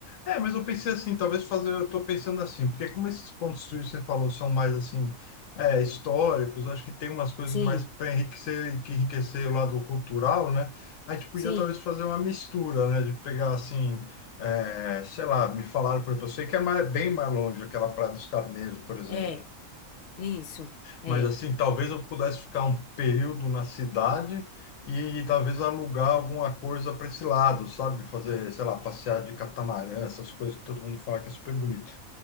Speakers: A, on the left; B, on the left.
A: É, mas eu pensei assim, talvez fazer, eu tô pensando assim, porque como esses pontos frios que você falou são mais assim, é, históricos, eu acho que tem umas coisas
B: Sim,
A: mais para enriquecer, que enriquecer o lado cultural, né? A gente podia
B: sim,
A: talvez fazer uma mistura, né? De pegar assim, é, sei lá, me falaram, por exemplo, eu sei que é mais- bem mais longe, aquela Praia dos Carneiros, por exemplo.
B: é, isso, é.
A: Mas assim, talvez eu pudesse ficar um período na cidade e, talvez alugar alguma coisa para esse lado, sabe? Fazer, sei lá, passear de catamarã, essas coisas que todo mundo fala que é super bonito.